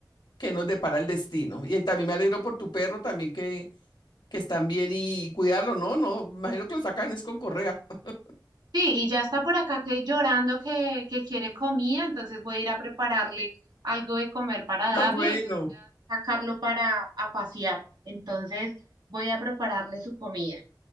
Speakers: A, on the left; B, on the right.
A: qué nos depara el destino. Y también me alegro por tu perro también que, que están bien y cuidarlo, ¿no? No, me imagino que lo sacan es con correa. <laughs>
B: sí, y ya está por acá que llorando que, que quiere comida, entonces voy a ir a prepararle algo de comer para
A: Ah,
B: darle
A: bueno.
B: y voy a sacarlo para a pasear. Entonces voy a prepararle su comida.